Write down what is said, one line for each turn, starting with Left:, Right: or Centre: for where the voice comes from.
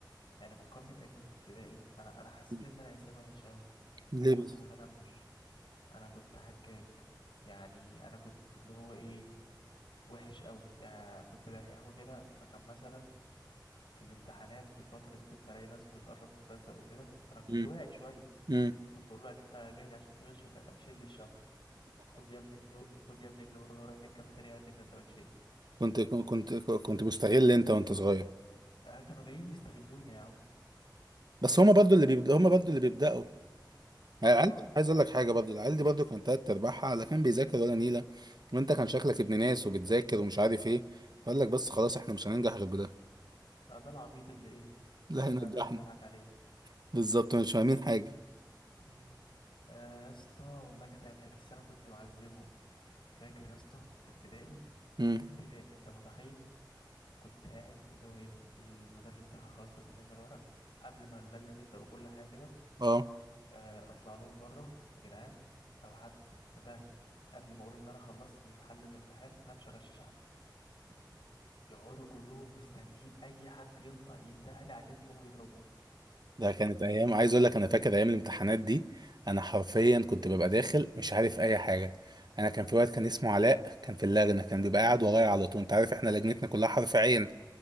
Left: يعني فكرني بايام في ابتدائي انا انا حسيت
Right: مم.
Left: ان انا انسان وحش قوي
Right: ليه
Left: انا كنت
Right: بس
Left: متنمر انا كنت حكاك يعني انا كنت اللي هو ايه وحش قوي يعني كنت دحيح وكده فكان مثلا في الامتحانات في الفتره دي كنت الاقي ناس بتقرب تتلزق وكده انا كنت
Right: مم.
Left: واعي شويه
Right: مم.
Left: فكنت اقول له ان انت جاي عشان تغش وكده شيل لي الشنطه خد يا ابني جنيه خد يا ابني جنيه وربع وروح للكافيتيريا هات لي سندوتشين
Right: كنت كنت كنت مستغل انت وانت صغير
Left: آه كانوا جايين يستغلوني يا عم
Right: بس هما برضو اللي بيبدأ هما برضو اللي بيبدأوا العيال
Left: اه
Right: دي- عايز اقول لك حاجه برضو العيال دي برضو كانت تلات ارباعها لا كان بيذاكر ولا نيله وانت كان شكلك ابن ناس وبتذاكر ومش عارف ايه فقال لك بس خلاص احنا مش هننجح غير بده
Left: آه، ده العبيط اللي ايه
Right: لا
Left: اللي
Right: هينجحنا
Left: احنا هنعرف نضحك عليه
Right: بالظبط مش فاهمين حاجه
Left: مم. آه يا اسطى والله كانت ايام حلوة، بس انا كنت معذبهم فاكر يا اسطى في ابتدائي
Right: امم
Left: في ابتدائي انت متخيل كنت قاعد اللي هو ايه المدرس دخل خلاص وسلمنا الورق قبل ما اللجنة تبدأ وكل حاجة كده
Right: اه
Left: آه، اطلع لهم بره يا جدعان لو حد نده لي قبل ما اقول ان انا خلصت الحل الامتحان انا مش هغشش حد يقعدوا كلهم مستنيين اي حد ينطق ينده لي عشان يقوموا يضربوه
Right: ده كانت ايام عايز اقول لك انا فاكر ايام الامتحانات دي انا حرفيا كنت ببقى داخل مش عارف اي حاجه انا كان في وقت كان اسمه علاء كان في اللجنه كان بيبقى قاعد ورايا على طول انت عارف احنا لجنتنا كلها حرف عين